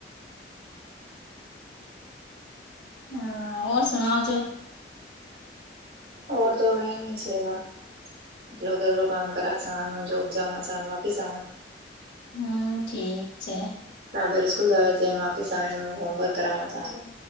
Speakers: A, on the left (about 70°); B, on the right (about 65°).
A: હા ઓર સુણાવજો.
B: ઓર તો <unintelligible> છેવા. એટલો ઘરડ કામ કર છ જોક જાવા છાલ વાપીસ આવા.
A: હમ ઠીક છે.
B: <unintelligible> સ્કૂલ જાવે કેને વાપીસ આવે હોમવર્ક કરાવા ચાલે.